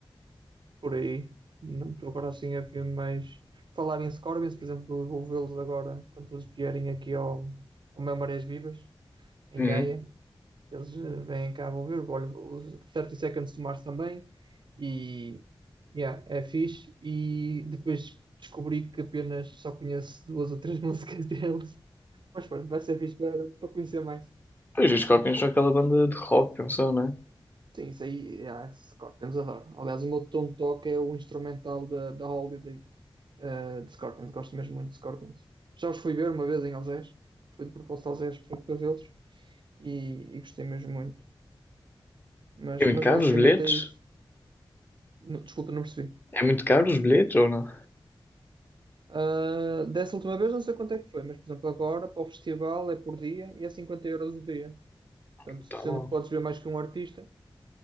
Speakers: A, on the right; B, on the left.
A: por aí. Não estou agora assim a ver mais. Falar em Scorpions, por exemplo, eu vou vê-los agora quando eles vierem aqui ao, ao meu Marés Vivas, em
B: Uhum.
A: Gaia. Eles eh, vêm cá, vão ver. Olha, os thirty Seconds to Mars também. E yeah, é fixe. E depois descobri que apenas só conheço duas ou três <laughs> músicas deles. Mas pronto, vai ser fixe para, para conhecer mais.
B: Pois os Scorpions são aquela banda de rock, pensou, não é?
A: Sim, isso aí, yeah, é Scorpions adoro. Aliás, o meu tom de toque é o instrumental da, da Holiday, eh, de Scorpions. Gosto mesmo muito de Scorpions. Já os fui ver uma vez em Algés. Fui de propósito a Algés para, para vê-los e, e gostei mesmo muito. Mas,
B: É muito
A: mas
B: caro
A: basicamente
B: os bilhetes?
A: é isso. No- desculpa, não percebi.
B: É muito caro os bilhetes ou não?
A: Ah, dessa última vez não sei quanto é que foi, mas por exemplo agora para o festival é por dia e é 50 euros o dia. Portanto,
B: Então,
A: sendo que podes ver mais que um artista.